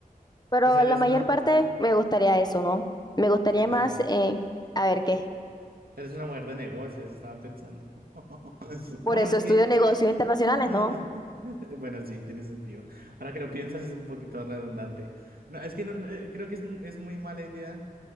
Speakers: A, on the left (about 25°); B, on the right (about 85°).
A: Pero
B: o sea, eres
A: la mayor
B: una, o
A: parte me gustaría eso, ¿no? Me gustaría
B: sea, eres
A: más,
B: una,
A: eh, a ver qué.
B: eres una mujer de negocios, estaba pensando. <laughs>
A: Por
B: Porque,
A: eso estudio negocios internacionales,
B: <laughs> bueno,
A: ¿no?
B: sí, tiene sentido. Ahora que lo piensas es un poquito redundante. No, es que no- no, eh, creo que es, mu- es muy mala idea.